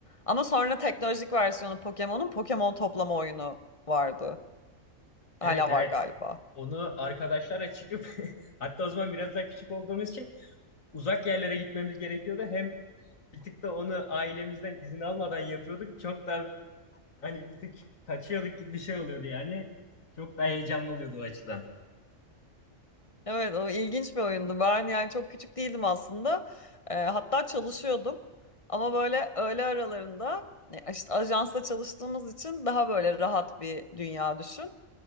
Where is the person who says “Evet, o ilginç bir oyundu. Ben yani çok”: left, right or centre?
Left